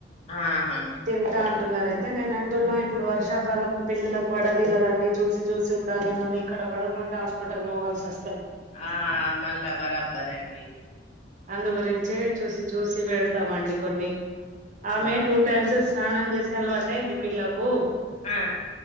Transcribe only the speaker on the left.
ఆహా
ఆ మళ్ళా బరాబ్బర్ అండి
ఆ
ఆ